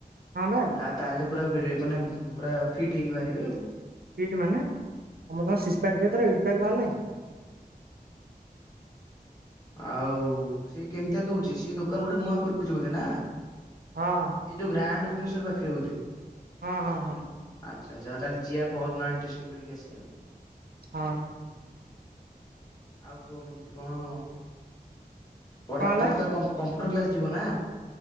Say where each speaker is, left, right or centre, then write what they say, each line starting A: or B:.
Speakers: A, on the right; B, on the left.
A: ହଁ ବା
B: ଆ ତାହେଲେ ପୁରା <unintelligible> ମାନେ ପୁରା ଫିଟ୍ ହେଇକି ବାହାରିବେ ଆଉ।
A: ଫିଟ୍ ମାନେ ସମସ୍ତଙ୍କ ସିଶ୍ ପ୍ୟାକ୍ କହୁଥିରେ ଏଇଟ୍ ପ୍ୟାକ୍ ବାହାରିଲାଣି।
B: ଆଉ ସିଏ କେମିତିଆ ଦଉଛି ସେ ଦୋକାନ ଗୋଟେ ନୂଆ ଖୋଲିଛି ବୋଧେ ନା?
A: ହଁ।
B: ଏଇ ଯେଉ ଗ୍ରାଣ୍ଡ ଭୁବନେଶ୍ୱର ପାଖରେ ବୋଧେ?
A: ହଁ ହଁ ହଁ।
B: ଆଚ୍ଛା ଆଚ୍ଛ ଆ ତାହେଲେ ଯିବା ପରଦିନ ଟେଷ୍ଟିଙ୍ଗ୍ କରିକି ଆସିବା ଆଉ।
A: ହଁ।
B: ଆଉ କୁହ କେମିତି କଣ ପଢା଼
A: କଣ ହେଲା
B: <unintelligible> କମ୍ପ୍ୟୁଟର କ୍ଲାସ ଯିବ ନା?